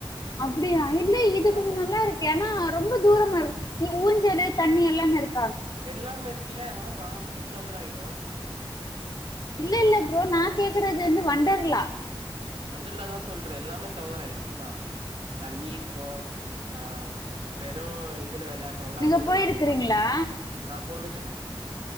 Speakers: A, on the left (about 40°); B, on the right (about 80°).
A: அப்டியா அஹ் இல்ல இது கொஞ்ச
B: ஆமா
A: நல்லா இருக்கே ஆனா ரொம்ப தூரமா இருக்கு இ ஊஞ்சலு தண்ணி எல்லாமே இருக்
B: எல்லாம் இருக்குல ஆமா ஃபுல் கவர் ஆய்டு
A: இல்ல இல்ல ப்ரோ நா கேக்குறது வந்து வண்டர்லா
B: வண்டர்லாதா சொல்றே எல்லாமே கவர் ஆய்ரு அதா தண்ணி இருக்கு ஆஹ் வெறு இத் துல வெளாட்றோல
A: நீங்க
B: அதுவு
A: போயிருக்கிறீங்களா
B: இருக்கு நா போனதில்ல